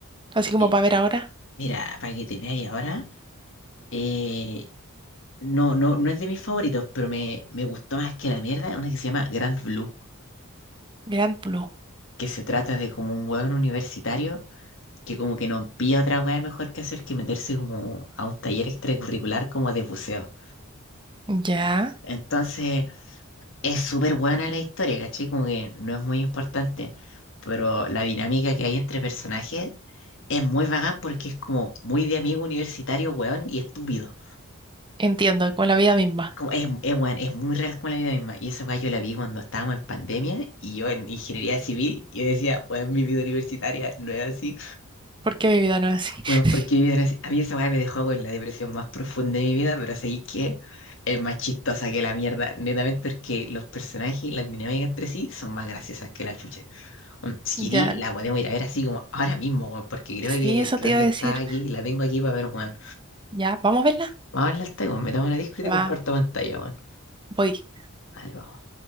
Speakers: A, on the right (about 25°); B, on the left (about 60°).
A: Así como
B: Mi-
A: para ver ahora,
B: Mira, para que te veáis ahora, eh, no, no, no es de mis favoritos, pero me, me gustó más que la mierda, una que se llama Grand Blue,
A: Grand Blue.
B: que se trata de como un hueón universitario que como que no pilla otra hueá mejor que hacer que meterse como a un taller extracurricular como de buceo.
A: Ya,
B: Entonces, es súper buena la historia, ¿cachai? Como que no es muy importante, pero la dinámica que hay entre personajes es muy vaga porque es como muy de amigo universitario, weón, y estúpido.
A: entiendo, con la vida misma,
B: Como es, es, weón, es muy real con la vida misma. Y esa weá yo la vi cuando estábamos en pandemia y yo en ingeniería civil, yo decía, weón, mi vida universitaria no es así.
A: porque mi vida no es así.
B: Bueno,
A: <laughs>
B: porque vivir así- a mí esa weá me dejó con la depresión más profunda de mi vida, pero así que es más chistosa que la mierda, netamente porque los personajes y las dinámicas entre sí son más graciosas que la chucha. Un Siri
A: Ya,
B: la podemos ir a ver así como ahora mismo, weón, porque creo
A: sí,
B: que,
A: eso
B: creo
A: te iba
B: que
A: a decir.
B: está aquí, la tengo aquí para ver, weón.
A: Ya, vamos a verla.
B: Vamos a hablar, weón, metamos una Discord y te comparto
A: Va,
B: pantalla, weón.
A: voy.
B: Dale, vamos.